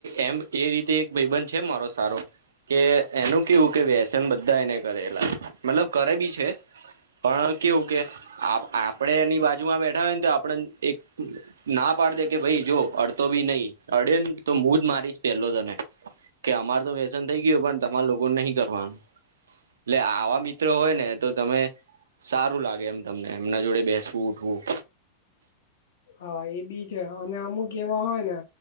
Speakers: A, on the right; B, on the left.
A: એમ એ રીતે એક ભાઈબંધ છે મારો સારો કે એનું કેવું કે વ્યસન બધા એને કરેલા મતલબ કરે બી છે પણ કેવું કે આપડે એની બાજુમાં બેઠા હોય ને તો આપડ એક ના પાડ દે કે ભાઈ જો અડતો બી નહી અડે ને તો મુુંજ મારીશ પેલો તને કે અમાર તો વ્યસન થઈ ગયું પણ તમા લોકોને નહી કરવાનું એટલે આવા મિત હોય ને તો તમે સારું લાગે એમ તમને એમના જોડે બેસવું ઉઠવું
B: હા એ બી છે અને અમુક એવા હોય ને